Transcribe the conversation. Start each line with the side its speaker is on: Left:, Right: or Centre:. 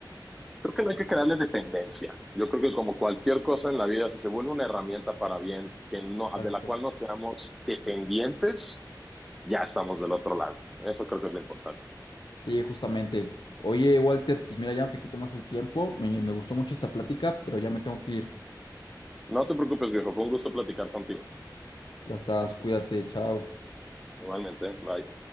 Centre: Creo que no hay que crearle dependencia. Yo creo que como cualquier cosa en la vida, si se vuelve una herramienta para bien, que no,
Left: Exacto.
Centre: de la cual no seamos dependientes, ya estamos del otro lado. Eso creo que es lo importante.
Left: Sí, justamente. Oye, Walter, pues mira, ya no te quito más el tiempo. Me, me gustó mucho esta plática, pero ya me tengo que ir.
Centre: No te preocupes, viejo. Fue un gusto platicar contigo.
Left: Ya estás, cuídate, chao.
Centre: Igualmente, bye.